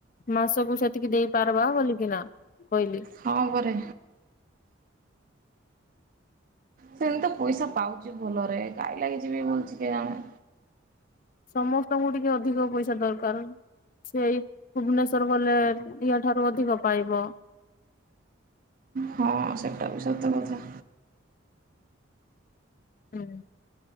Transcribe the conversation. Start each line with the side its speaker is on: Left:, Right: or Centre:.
Left: ମାସକୁ ସେତିକି ଦେଇପାରବା ବୋଲିକି ନା କହିଲି।
Right: ହଁ ବରେ ସେ ତ ପଇସା ପାଉଚି ଭଲରେ କାଇ ଲାଗି ଯିବି ବୋଲଛିି କେଜାଣେ।
Left: ସମସ୍ତଙ୍କୁ ଟିକେ ଅଧିକ ପଇସା ଦରକାର। ସେଇ ଭୁବନେଶ୍ଵର ଗଲେ ୟା ଠାରୁ ଅଧିକ ପାଇବ।
Right: ହଁ ସେଟା ବି ସତ କଥା।
Left: ଅହଁ